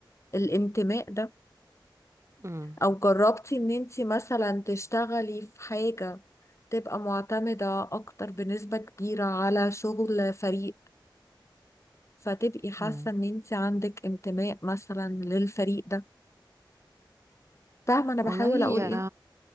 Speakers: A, on the left (about 35°); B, on the right (about 35°).
A: الانتماء ده
B: مم.
A: او جربتي ان انت مثلا تشتغلي في حاجة تبقى معتمدة أكتر بنسبة كبيرة على شغل فريق فتبقي حاسة
B: مم.
A: إن أنت عندك انتماء مثلا للفريق ده فاهمة أنا بحاول
B: والله هي
A: أقول إيه؟